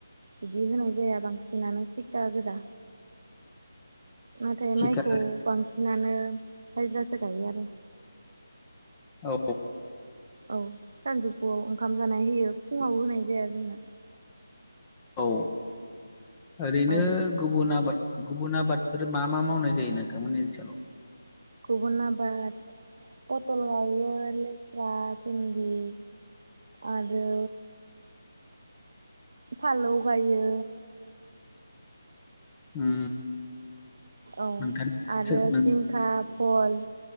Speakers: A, on the right; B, on the left.
A: बिदि होनाय जाया बांसिनानो थिकटा गोजा नाथाय
B: थिखा
A: माइखौ बांसिनानो हाजिरासो गायो आरो
B: औ
A: औ सानजौफुआव ओंखाम जानाय होयो फुङाव होनाय जाया जोंना।
B: औ ओरैनो
A: औ
B: गुबु बुन आबाद गुबुन आबादफोर मा मा मावनाय जायो नोंथांमोननि ओनसोलाव
A: गुबुन आबाद पथल गायो लेस्रा भिन्दि आरो फालौ गायो
B: उम
A: औ
B: नोंथांनि ओनसोल
A: आरो
B: नों
A: जिंख खा भल